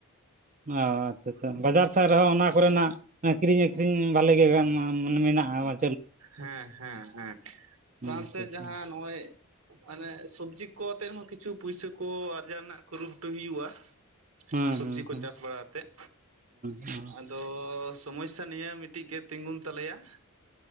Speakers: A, on the right; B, on the right.
A: ᱚ ᱟᱪᱪᱷᱟ ᱟᱪᱪᱷᱟ᱾ ᱵᱟᱡᱟᱨ ᱥᱮᱫ ᱨᱮᱦᱚᱸ ᱚᱱᱟ ᱠᱚᱨᱮᱱᱟᱜ ᱟᱠᱷᱨᱤᱧ ᱟᱠᱷᱨᱤᱧ, ᱵᱷᱟᱞᱮ ᱜᱮ ᱜᱟᱱ ᱢᱟ ᱢᱮᱱᱟᱜᱼᱟ᱾ ᱟᱵᱟᱨ
B: ᱦᱮᱸ ᱦᱮᱸ ᱦᱮᱸ, ᱥᱟᱶᱛᱮ
A: ᱟᱪᱪᱷᱟ ᱟᱪᱪᱷᱟ
B: ᱡᱟᱦᱟᱸ ᱱᱚᱜᱼᱚᱭ ᱢᱟᱱᱮ ᱥᱚᱵᱡᱤ ᱠᱚ ᱛᱮᱦᱚᱸ ᱠᱤᱪᱷᱩ ᱯᱩᱭᱥᱟᱹ ᱠᱚ ᱟᱨᱡᱟᱣ ᱨᱮᱱᱟᱜ ᱠᱩᱨᱩᱢᱩᱴᱩᱭ ᱦᱩᱭᱩᱜᱼᱟ᱾
A: ᱦᱮᱸ
B: ᱥᱚᱵᱡᱤ
A: ᱦᱮᱸ ᱦᱮᱸ
B: ᱠᱚ
A: ᱦᱮᱸ
B: ᱪᱟᱥ ᱵᱟᱲᱟ ᱟᱛᱮᱫ᱾
A: ᱦᱮᱸ
B: ᱟᱫᱚ ᱥᱚᱢᱚᱥᱭᱟ ᱱᱤᱭᱟᱹ ᱢᱤᱫᱴᱤᱡ ᱜᱮ ᱛᱤᱜᱩᱱ ᱛᱟᱞᱮᱭᱟ᱾